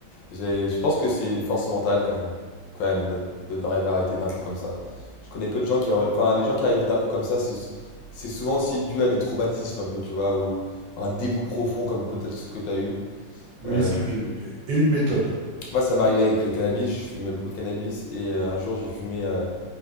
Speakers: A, on the left (about 75°); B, on the right (about 70°).
A: J'ai- Je pense que c'est une force mentale quand même, quand même, de, de- d'arriver à arrêter d'un coup comme ça. Je connais peu de gens qui, auraient- enfin, les gens qui arrivent d'un coup comme ça, c'est c'est souvent aussi dû à des traumatismes un peu, tu vois, ou un dégoût profond comme peut-être ce que tu as eu.
B: Oui,
A: Euh,
B: ce que j'ai eu. Et une méthode.
A: moi, ça m'est arrivé avec le cannabis, je fumais beaucoup de cannabis et euh, un jour, j'ai fumé euh,